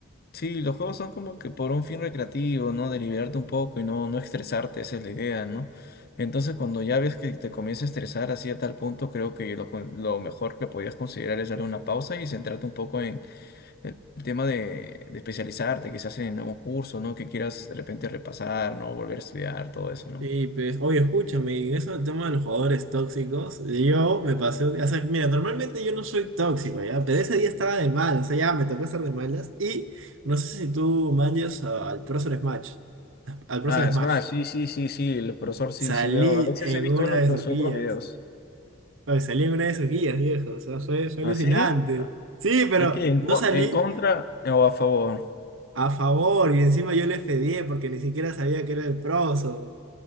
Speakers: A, on the left; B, on the right.
A: sí, los juegos son como que por un fin recreativo, ¿no? De liberarte un poco y no, no estresarte, esa es la idea, ¿no? Entonces cuando ya ves que te comienza a estresar así a tal punto, creo que lo, con- lo mejor que podías considerar es dar una pausa y centrarte un poco en El tema de, de especializarte, quizás en algún curso, ¿no? Que quieras de repente repasar, ¿no? Volver a estudiar, todo eso, ¿no?
B: Sí, pues, oye, escúchame, y en eso del tema de los jugadores tóxicos, yo me pasé, un día- o sea, mira, normalmente yo no soy tóxico, ya, pero ese día estaba de malas, o sea, ya me tocó estar de malas, y no sé si tú manches a- al Prozor Smash, al Prozor
A: Ah,
B: Smash,
A: es más, sí, sí, sí, sí, el profesor sí,
B: salí
A: sí veo. A veces
B: en
A: he visto
B: una
A: unos
B: de
A: de
B: sus
A: los
B: guías,
A: otros videos.
B: oye, salí en una de sus guías, viejo, o sea, fue, fue
A: ¿Así?
B: alucinante, sí, pero
A: ¿Y qué? ¿En,
B: no
A: co-
B: salí
A: en contra o a favor?
B: a favor, y encima yo le fedié porque ni siquiera sabía que era el Prozor.